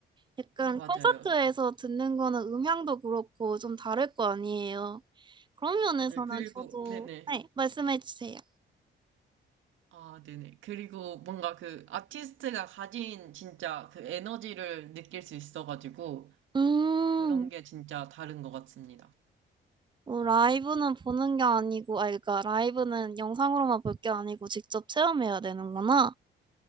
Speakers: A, on the right (about 25°); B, on the right (about 75°).
A: 약간
B: 어, 맞아요.
A: 콘서트에서 듣는 거는 음향도 그렇고 좀 다를 거 아니에요. 그런 면에서는
B: 맞아요. 그리고
A: 저도,
B: 네네.
A: 네, 말씀해 주세요.
B: 아, 네네. 그리고 뭔가 그 아티스트가 가진 진짜 그 에너지를 느낄 수 있어가지고
A: 음,
B: 그런 게 진짜 다른 것 같습니다.
A: 뭐 라이브는 보는 게 아니고, 아, 그러니까 라이브는 영상으로만 볼 게 아니고 직접 체험해야 되는구나.